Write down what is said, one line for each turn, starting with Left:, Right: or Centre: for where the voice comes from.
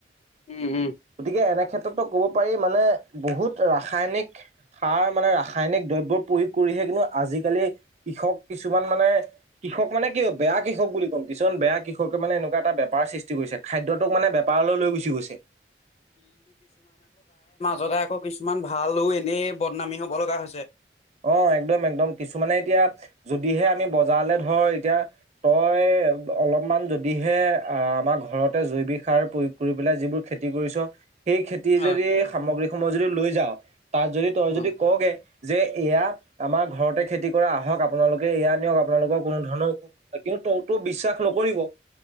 Left: উম উম
Right: গতিকে এনে ক্ষেত্ৰতো ক'ব পাৰি মানে বহুত ৰাসায়নিক সাৰ মানে ৰা- ৰাসায়নিক দ্ৰব্য প্ৰয়োগ কৰিহে কিন্তু আজিকালি কৃষক কিছুমান মানে কৃষক মানে কি বেয়া কৃষক বুলি ক'ম। কিছুমান বেয়া কৃষকে মানে এনেকুৱা এটা বেপাৰ সৃষ্টি কৰিছে, খাদ্যটোক মানে বেপাৰলৈ লৈ গুচি গৈছে।
Left: যতে আকৌ কিছুমান ভালো এনেই বদনামী হব লগা হৈছে।
Right: অ একদম একদম কিছুমানে এতিয়া যদিহে আমি বজাৰলে ধৰ এতিয়া তই। অলপ মান যদিহে আ আমাৰ ঘৰত জৈৱিক সাৰ প্ৰয়োগ কৰি পেলাই যিবোৰ খেতি কৰিছো সেই খেতি
Left: হয়
Right: যদি সামগ্ৰীক সময় যদি লৈ যাও তাত যদি তই যদি
Left: অ
Right: কও গে যে এয়া আমাৰ ঘৰতে খেতি কৰা আহক আপোনালোকে এয়া নিয়ক আপোনালোকৰ কোনো ধৰণৰ অসুশ নহয়। কিন্তু বিশ্বাস নকৰিব।